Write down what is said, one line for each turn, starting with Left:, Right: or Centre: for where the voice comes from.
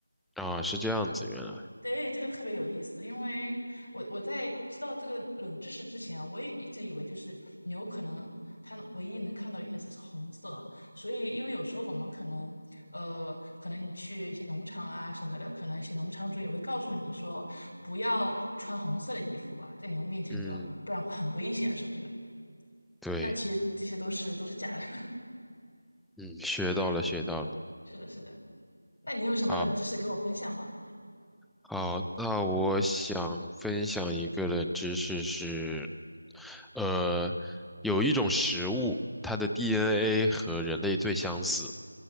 Centre: 啊，是这样子，原来，
Left: 对，这个特别有意思，因为我我在知道这个冷知识之前啊，我也一直以为就是牛可能它唯一能看到颜色是红色，所以因为有时候我们可能呃，可能你去一些农场啊什么的，可能一些农场主也会告诉你说不要穿红色的衣服吧，在牛面前，
Centre: 嗯，
Left: 对吧？不然会很危险什么的。
Centre: 对，
Left: 但其实这些都是都是假的。<laughs>
Centre: 嗯，学到了学到了。
Left: 是的，是的。那你有什么冷知识给我分享吗？
Centre: 好，好，那我想分享一个冷知识是，呃，有一种食物，它的 DNA 和人类最相似，